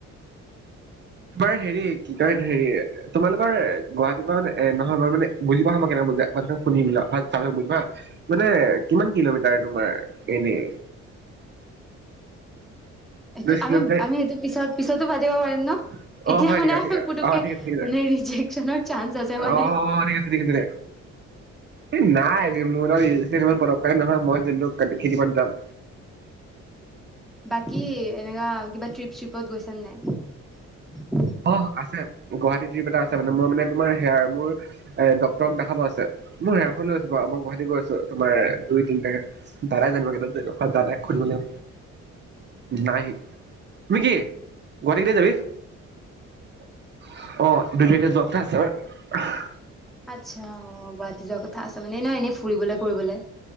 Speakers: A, on the right; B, in the centre.
A: তোমাৰ হেৰি কি কয় হেৰি তোমালোকৰ গুৱাহাটীৰ পৰা এ নহয় মই মানে বুজ পা হ মই কেনেক বুজ শুনিবিলা হয় ত বুজিবা মানে কিমান কিলোমিটাৰ তোমাৰ এনে।
B: এইটো
A: কিলোমিটাৰ
B: আমি আমি এইটো পিছত পিছতো পাতিব পাৰিম ন এতিয়া
A: অ হয়
B: মানে
A: নিকাক
B: পুতুককে
A: অ ঠিক আছে
B: মানে ৰিজেকচনৰ চান্স আছে মানে
A: অহ ঠিক আছে এই নাই মোৰ নহয় মই যোন খেতি প যাম।
B: বাকী এনেকা কিবা ট্ৰিপ চিপত গৈছোন নাই?
A: অ আছে গুৱাহাটী টিপ এ টা আছে। মানে মোৰ মানে তোমাৰ হেয়াৰ মোৰ এ ডক্তটৰক দেখাব আছে মই হেয়াৰখন লৈ আছো বাৰু মই গুৱাহাটী গৈ আছো তোমাৰ দুই তিনটাকে। ধৰোই জানিব দাৰ। নাই তুমি কি গুৱাহাটী কেইতিয়া যাবি। অ দুই তাৰিখে যোৱা কথা আছে।
B: আচ্ছা অ গুৱাহাটী যোৱা কথা আছে মানে নহয় এনেই ফুৰিবলৈ কৰিবলৈ।